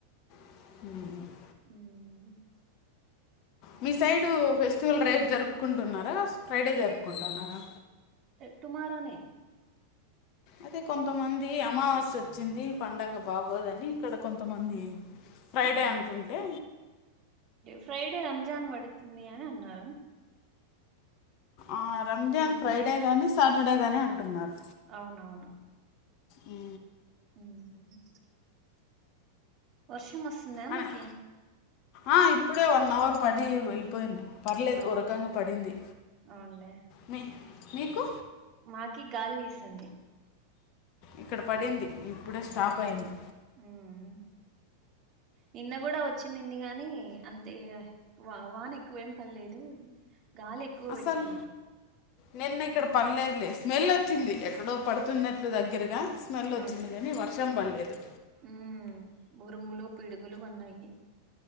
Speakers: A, on the left; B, on the right.
A: హ్ <unintelligible>
B: హ్మ్
A: మీ సైడు ఫెస్టివల్ రేపు జరుపుకుంటున్నారా, ఫ్రైడే జరుపుకుంటున్నారా.
B: టుమారోనే
A: అదే కొంతమంది అమావాస్య వచ్చింది, పండగ బాగోదని ఇక్కడ కొంతమంది ఫ్రైడే
B: అవునా
A: అంటుంటే
B: ఫ్రైడే రంజాన్ పడుతుంది అని అన్నారు.
A: ఆ రంజాన్
B: ఉమ్
A: ఫ్రైడే గాని సా సాటర్డే గాని అంటున్నారు.
B: అవునవును.
A: ఉ
B: హ్ వష్ <unintelligible> వర్షం వస్తుందా
A: అన-
B: మీకి
A: ఆ ఇప్పుడే వన్ అవర్ పడి వెళ్ళిపోయింది. పర్లేదు
B: ఆ
A: ఓ రకంగా పడింది.
B: అవునులే
A: మీ మీకు
B: మాకి గాలి వీస్తుంది.
A: ఇక్కడ పడింది. ఇప్పుడే స్టార్ట్ అయింది.
B: ఉమ్ నిన్న కూడా వచ్చినిమ్ది గానీ అంతే వా వాన ఎక్కువేం పడ్లేదు. గాలి ఎక్కువ
A: అసలు
B: పెట్టింది.
A: నిన్న ఇక్కడ పడలేదులే స్మెల్ వచ్చింది, ఎక్కడో పడుతున్నట్లు దగ్గరగా. స్మెల్ వచ్చింది
B: అవునులే
A: కానీ వర్షం పడలేదు.
B: ఉమ్ ఉరుములు, పిడుగులు పడినాయి